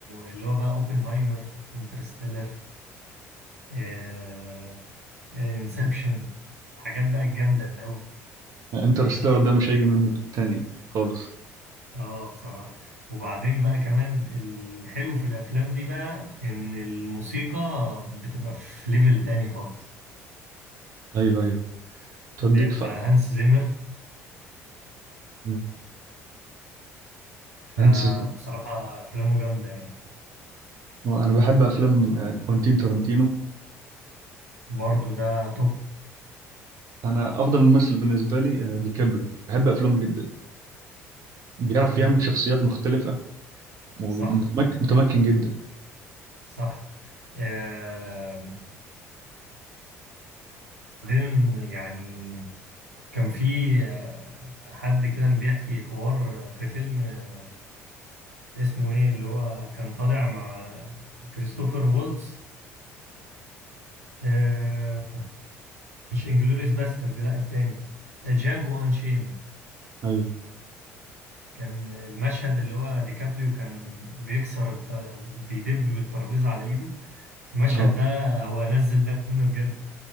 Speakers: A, on the right (about 85°); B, on the right (about 50°).
A: اللي هو بقى اوبنهايمر انترستيلر آه، انسبشن الحاجات بقى الجامدة أوي
B: انترستيلر ده مش هيجي منه تاني خالص
A: اه بصراحة وبعدين بقى كمان الحلو في الأفلام دي بقى إن الموسيقى بتبقى في ليفل تاني خالص
B: ايوه ايوه توديك
A: اللي هي بتبقى
B: ف
A: هانس زيمر
B: مم.
A: فبصراحة
B: هنس ز-
A: أفلامه جامدة يعني
B: آه، انا بحب افلام آه، كوانتين تارانتينو
A: برضو ده توب
B: انا افضل ممثل بالنسبه لي آه، ديكابريو بحب افلامه جدا بيعرف
A: مم.
B: يعمل شخصيات مختلفه ومتمكن
A: صح
B: متمكن جدا
A: صح آم، وبعدين يعني كان في آه، حد كده بيحكي حوار في فيلم آه، اسمه ايه اللي هو كان طالع مع كريستوفر وولتز آه مش انجلوريس باسترد لا التاني آه، جانجو انشيند
B: امم
A: كان المشهد اللي هو ديكابريو كان بيكسر الت... بيدب بالترابيزة على ايده المشهد
B: اه
A: ده هو نزل دم بجد